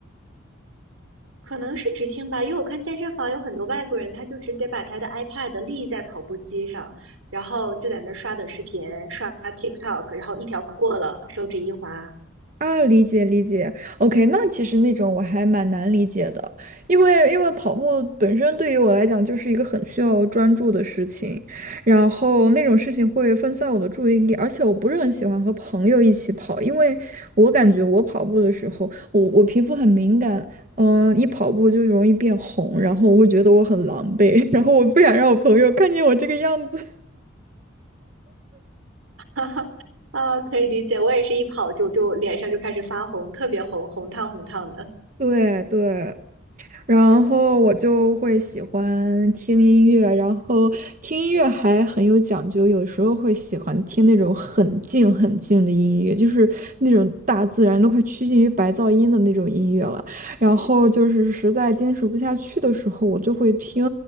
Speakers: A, on the right; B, on the right.
A: 可能是只听吧，因为我看健身房有很多外国人，他就直接把他的 iPad 立在跑步机上，然后就在那儿刷短视频、刷 TikTok，然后一条过了，手指一滑，
B: 啊，理解理解，OK，那其实那种我还蛮难理解的，因为因为跑步本身对于我来讲就是一个很需要专注的事情，然后那种事情会分散我的注意力，而且我不是很喜欢和朋友一起跑，因为我感觉我跑步的时候，我我皮肤很敏感，嗯，一跑步就容易变红，然后我会觉得我很狼狈，<laughs> 然后我不想让我朋友看见我这个样子。
A: <laughs> 哈哈啊，可以理解，我也是一跑就就脸上就开始发红，特别红，红烫红烫的。
B: <laughs> 对对，然后我就会喜欢听音乐，然后听音乐还很有讲究，有时候会喜欢听那种很静很静的音乐，就是那种大自然都快趋近于白噪音的那种音乐了。然后就是实在坚持不下去的时候，我就会听，